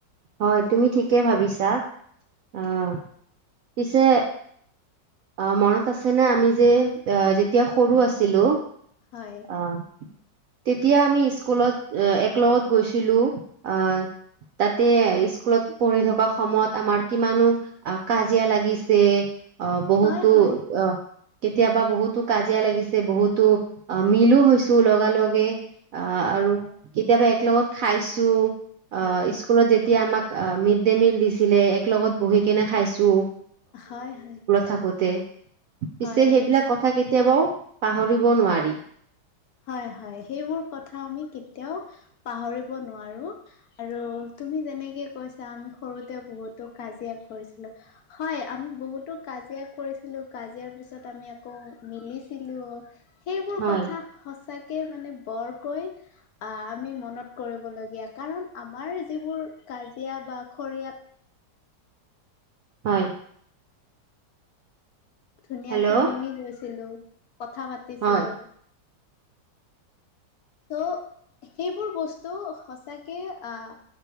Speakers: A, on the right (about 70°); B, on the left (about 65°).
A: হয় তুমি ঠিকে ভাবিছা, আহ পিছে। অ মনত আছেনে? আমি যে আহ যেতিয়া সৰু আছিলো।
B: হয়।
A: আহ তেতিয়া আমি স্কুলত একলগত গৈছিলো, আহ তাতে স্কুলত পঢ়ি থকা সময়ত আমাৰ কিমানো কাজিয়া লাগিছে। অ বহুতো
B: হয় হয়
A: অ। কেতিয়াবা বহুতো কাজিয়া লাগিছে বহুতো অ মিলো হৈছো লগা লগে।
B: হয়
A: অ আৰু
B: হয়
A: কেতিয়াবা। লগত খাইছো। অ
B: হয়
A: স্কুলত যে। এতিয়া আমাক মিড ডে মিল দিছিলে, এক লগত বহি কেনে খাইছো।
B: হয় হয়।
A: থাকোঁতে। পিছে
B: হয় নিশ্চয়
A: সেইবিলাক কথা কেতিয়াবাও। পাহৰিব নোৱাৰি
B: হয় হয় সেইবোৰ কথা আমি কেতিয়াও পাহৰিব নোৱাৰো আৰু তুমি যেনেকে কৈছা আমি সৰুতে বহুতো কাজিয়া কৰিছিলো হয় আমি বহুতো কাজিয়া কৰিছিলো কাজিয়াৰ পিছত আমি আকৌ মিলিছিলো। সেইবোৰ
A: হয়
B: কথা সঁচাকে মানে বৰকৈ আহ আমি মনত কৰিবলগীয়া কাৰণ আমাৰ যিবোৰ কাজিয়া বা খৰিয়াল
A: হয়
B: ধুনীয়াকে
A: হেল্ল'
B: মিলি গৈছিলো। কথা পাতিছিলো।
A: হয়
B: চ' সেইবোৰ বস্তু সচাকে আহ